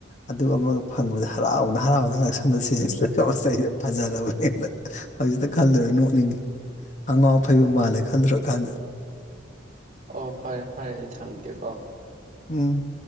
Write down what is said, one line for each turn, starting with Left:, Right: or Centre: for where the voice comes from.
Left: ꯑꯗꯨ ꯑꯃꯒ ꯐꯪꯕꯗ ꯍꯔꯥꯎꯕꯗ ꯍꯔꯥꯎꯕꯗ ꯉꯛꯁꯝꯗ ꯁꯤꯖꯤꯟꯂꯒ ꯃꯆꯩꯁꯤꯗ ꯐꯖꯔꯕꯅꯦꯅ ꯍꯧꯖꯤꯛꯇ ꯈꯜꯂꯨꯔ ꯅꯣꯛꯅꯤꯡꯉꯤ ꯑꯉꯥꯎ ꯑꯐꯩꯕꯨ ꯃꯥꯜꯂꯦ ꯈꯜꯂꯨꯔꯀꯥꯟꯗ
Right: ꯑꯣ ꯐꯔꯦ ꯐꯔꯦ ꯑꯩꯗꯤ ꯊꯝꯒꯤꯒꯦꯀꯣ
Left: ꯎꯝ